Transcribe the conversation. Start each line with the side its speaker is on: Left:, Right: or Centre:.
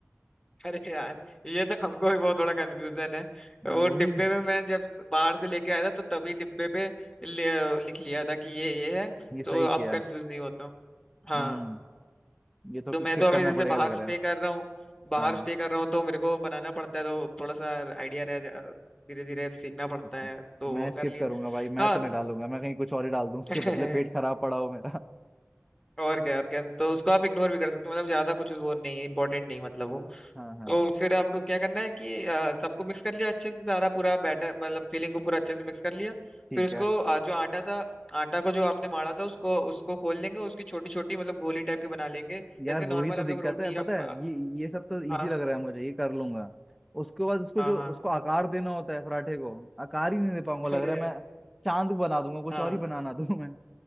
Left: अरे यार ये तो हमको भी बहुत थोड़ा कंफ्यूजन है
Centre: हाँ,
Left: वो
Centre: वही
Left: डिब्बे में मैं जब बाहर से लेके आया था तो तभी डिब्बे पे ले- लिख लिया था कि ये ये है
Centre: ये सही
Left: तो अब
Centre: किया
Left: कंफ्यूज नहीं होता हूँ हाँ
Centre: हम्म ये तो
Left: तो मैं
Centre: स्किप
Left: तो अभी
Centre: करना
Left: जैसे
Centre: पड़ेगा
Left: बाहर
Centre: लग
Left: स्टे
Centre: रहा है
Left: कर रहा हूँ बाहर
Centre: हाँ
Left: स्टे कर रहा हूँ तो मेरे को बनाना पड़ता है तो थोड़ा सा आइडिया रह धीरे धीरे सीखना पड़ता
Centre: अच्छा
Left: है तो वो
Centre: मैं स्किप
Left: कर लिया
Centre: करूंगा भाई मैं
Left: हाँ
Centre: तो नहीं डालूंगा मैं कहीं कुछ और ही डाल दूं उसके
Left: <laughs>
Centre: बदले पेट खराब पड़ा हो मेरा
Left: और क्या और क्या तो उसको आप इग्नोर भी कर सकते हो मतलब ज्यादा कुछ वो नहीं है इंपॉर्टेंट नहीं मतलब वो
Centre: <laughs> हाँ हाँ
Left: तो फिर अब क्या करना है कि अ, सबको मिक्स कर लिया अच्छे से सारा पूरा बैटर मतलब फीलिंग को पूरा अच्छे से मिक्स कर लिया
Centre: ठीक
Left: फिर उसको
Centre: है
Left: अ, जो आटा था आटा को जो आपने माड़ा था उसको उसको खोल लेंगे उसकी छोटी छोटी मतलब गोली टाइप की बना लेंगे
Centre: यार
Left: जैसे
Centre: वही
Left: नॉर्मल
Centre: तो
Left: हम
Centre: दिक्कत
Left: लोग रोटी
Centre: है
Left: या
Centre: पता
Left: पा-
Centre: है ये ये सब तो
Left: हाँ
Centre: इजी लग रहा है मुझे ये कर लूंगा उसके बाद उसको
Left: हाँ
Centre: जो
Left: हाँ
Centre: उसको आकार देना होता है पराठे को आकार ही नहीं दे पाऊंगा लग
Left: अरे
Centre: रहा है
Left: यार
Centre: मैं चांद बना दूंगा कुछ
Left: हाँ
Centre: और ही बनाना दूं मैं